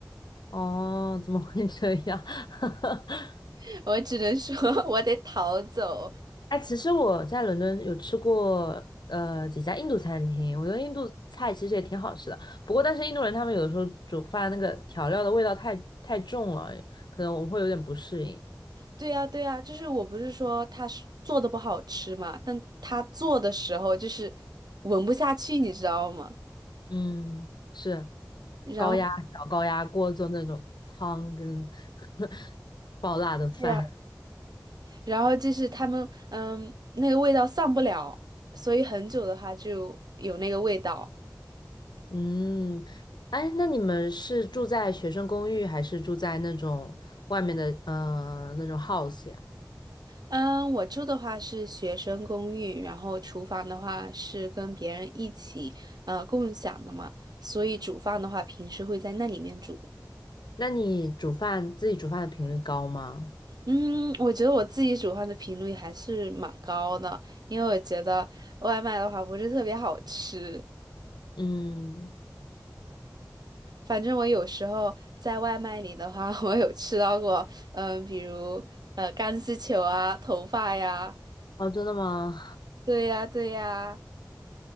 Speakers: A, on the left; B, on the right.
A: 哦，怎么会这样？<laughs>
B: <laughs> 我只能说 <laughs> 我得逃走。
A: 哎，其实我在伦敦有吃过呃几家印度餐厅，我觉得印度菜其实也挺好吃的。不过，但是印度人他们有的时候煮饭那个调料的味道太太重了，可能我们会有点不适应。
B: 对呀，对呀，就是我不是说他是做的不好吃嘛，但他做的时候就是闻不下去，你知道吗？
A: 嗯，是
B: 然后。
A: 高压小高压锅做那种汤跟 <laughs> 爆辣的饭。
B: 对呀。然后就是他们，嗯，那个味道散不了，所以很久的话就有那个味道。
A: <laughs> 嗯，哎，那你们是住在学生公寓，还是住在那种外面的呃那种 house 呀？
B: 嗯，我住的话是学生公寓，然后厨房的话是跟别人一起呃共享的嘛，所以煮饭的话平时会在那里面煮。
A: 那你煮饭自己煮饭的频率高吗？
B: 嗯，我觉得我自己煮饭的频率还是蛮高的，因为我觉得外卖的话不是特别好吃。
A: 嗯，
B: 反正我有时候在外卖里的话，<laughs> 我有吃到过，嗯、比如呃钢丝球啊、头发呀，
A: 哦，真的吗？
B: 对呀、对呀、